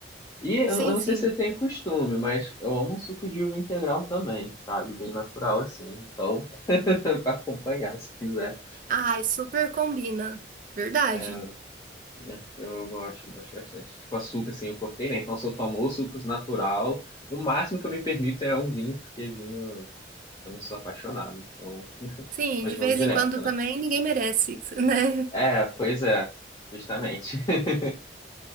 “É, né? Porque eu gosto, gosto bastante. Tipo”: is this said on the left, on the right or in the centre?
Left